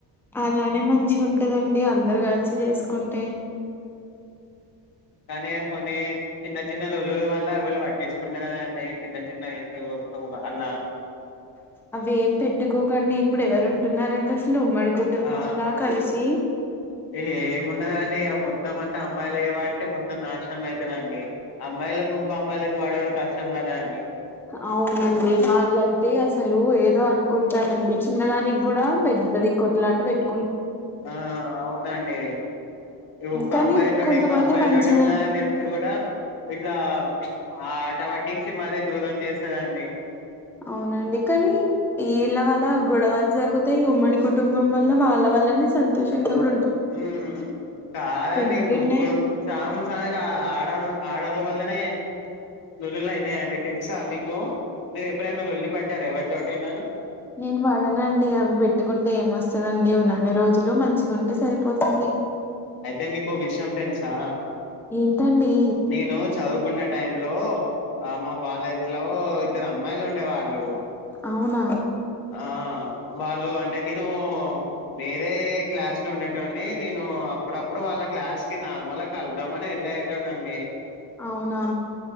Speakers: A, in the centre; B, on the left.
A: అలానే మంచి ఉంటదండి అందరు కలిసి చేసుకుంటే
B: <unintelligible> కానీ కొన్ని చిన్న చిన్న లొల్లిల వల్ల పట్టించుకుంటలేనండి చిన్న చిన్న ఇష్యూ ఒక అలా
A: అవి ఏం పెట్టుకోకండి ఇప్పుడు ఎవరు ఉంటున్నారండి అసలు ఉమ్మడి కుటుంబంలా
B: ఆ
A: కలిసి
B: ఏ ఏమున్నద మొత్తం అంటే అమ్మాయిలు చేపట్టి మొత్తం నాశనం అయితరండి అమ్మాయిలకు ఇంకో అమ్మాయిలకు పడుడు కష్టం కదా అండి
A: అవునండి వాళ్ళయితే అసలు ఏదో అను కుంటారండి చిన్నదానికి కూడా పెద్దది కొట్లాట పెట్టు
B: ఆ అవునండి ఒక్క
A: కానీ
B: అమ్మాయి తోటి
A: కొంతమంది
B: ఇంకో అబ్బాయి
A: మంచినే
B: తోటి ఉన్నాడని తెలిసి కూడా ఇట్లా ఆ ఆట పట్టించి ఇచ్చి మరీ దూరం చేస్తదండి
A: అవునండి, కానీ ఇళ్ళ వాల్ల గొడవలు జరుగుతాయి ఉమ్మడి కుటుంబం వల్ల వాళ్ళ వాళ్ళనే సంతోషంగా ఉ
B: ఉ కాదండి
A: రెండున్నాయి
B: సం సమ్ కి ఆడ ఆడోళ్ల వల్లనే లోల్లులు అయితాయండి తెలుసా మీకు మీరు ఎప్పుడైనా లొల్లి పడ్డారా ఎవరితోటైనా
A: నేను పడనండి అవి పెట్టుకుంటే ఏమ వస్తందండి ఉన్నన్ని రోజులు మంచి ఉంటే సరిపోతుంది
B: అయితే మీకో విషయం తెలుసా
A: ఏంటండి
B: నేను చదువుకునే టైంలో ఆ మా కాలేజ్ లో ఇద్దరు అమ్మాయిలు ఉండే వాళ్ళు
A: అవునా
B: ఆ వాళ్ళు అంటే నేను వేరే క్లాస్ లో ఉండేటోన్ని నేను అప్పుడప్పుడు వాళ్ళ క్లాస్ కి నార్మల్ గా కలుద్దాం అన్ వెళ్లేటోన్ అండి
A: అవునా